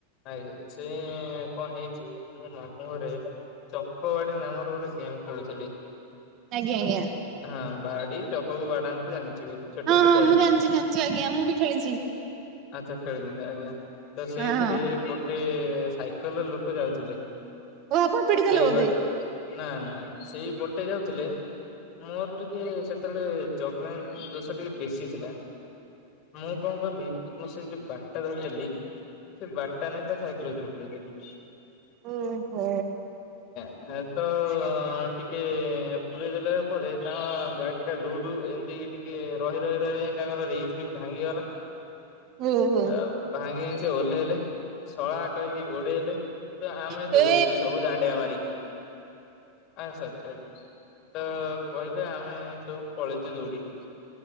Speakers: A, on the left; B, on the right.
A: ଆଜ୍ଞା। ସେ କଣ ହେଇଛି ମୋ ମାମୁଁ ଘରେ ଚକବାଡି ନାମର ଗୋଟେ ଗେମ୍ ଖେଳୁଥିଲି।
B: ଆଜ୍ଞା ଆଜ୍ଞା
A: ହଁ ବାଡି ଚକକୁ ବାଡାନ୍ତି ଜାଣି ଛୋଟବେଳେ
B: ହଁ ହଁ
A: ଖେଳନ୍ତି।
B: ମୁଁ ଜାଣିଚି ଜାଣିଚି ଆଜ୍ଞା ମୁଁ ବି ଖେଳିଚି।
A: ଆଚ୍ଛା ଖେଳ। <unintelligible> ଆଜ୍ଞା ତ ସେଇଥିରେ
B: ହଁ ହଁ
A: ଗୋଟେ ସାଇକେଲ ରେ ଲୋକ ଯାଉଥିଲେ।
B: ଓ ଆପଣ ପିଟିଦେଲେ
A: ସେଇ
B: ବୋଧେ।
A: ବା ନା ନା ସେଇ ପଟେ ଯାଉଥିଲେ। ମୋର ଟିକେ ସେତେବେଳେ ଚଗଲାମି ଦୋଷ ଟିକେ ବେଶୀ ଥିଲା। ମୁଁ କଣ କଲିି ମୁଁ ସେ ଯୋଉ ବାଡି ଟା ଧରିଥିଲି ସେ ବାଡି ଟା ନେଇକି ତା ସାଇକେଲ ଭିତରେ ପୁରେଇଦେଲି।
B: ଓ ହୋ।
A: ଏ ତ ଟିକେ ପୁରେଇ ଦେଲା ପରେ ତାଙ୍କ ଗାଡି ଟା ଢୁଢୁ ଏମିତି ଟି ଟିକେ ରହି ରହି ରହି ଯାଇ ତାଙ୍କର ରିମ୍ ଫିମ ଭାଙ୍ଗିଗଲା।
B: ଓହୋ
A: ତା ଭାଙ୍ଗି ଭାଙ୍ଗି ସେ ଓହ୍ଲେଇଲେ ଶଳା କହିକି ଗୋଡେଇଲେ ତ ଆମେ
B: ହେ
A: ଦୌଇଡିଚୁ ସବୁ ଦାଣ୍ଡିଆ ମାରିକି। ଆଁ ସରି ସରି। ତ କହିଲେ ଆମେ ସବୁ ପଳେଇଚୁ ଦୌଡିକିରି।